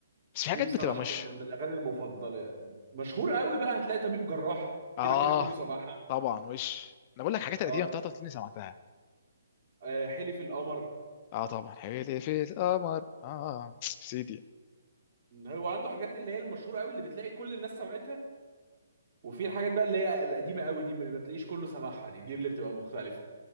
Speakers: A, on the left; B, on the right.
A: بس في
B: دي
A: حاجات
B: بصراحه
A: بتبقى مش
B: من من الاغاني المفضله مشهور قوي بقى هتلاقي طبيب جراح
A: اه
B: كده كده كله سمعها
A: طبعا وش انا بقول لك حاجات القديمه
B: اه
A: بتاعتها اللي سمعتها
B: آه، حلف القمر
A: اه طبعا حبيبي في القمر اه سيدي
B: هو عنده حاجات اللي هي المشهوره قوي اللي بتلاقي كل الناس سمعتها وفي الحاجات بقى اللي هي القديمه قوي دي ما بتلاقيش كله سامعها دي دي اللي بتبقى مختلفه